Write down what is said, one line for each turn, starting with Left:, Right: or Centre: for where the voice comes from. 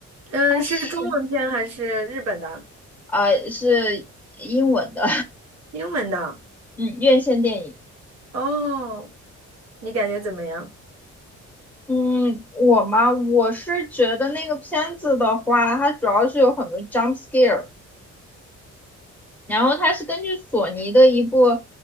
Right: 嗯，
Centre: 它是
Right: 是中文片还是日本的？
Centre: 呃是英文的，
Right: 英文的？
Centre: <laughs> 嗯，院线电影。
Right: 哦，你感觉怎么样？
Centre: 嗯，我嘛，我是觉得那个片子的话，它主要是有很多 jump scare，然后它是根据索尼的一部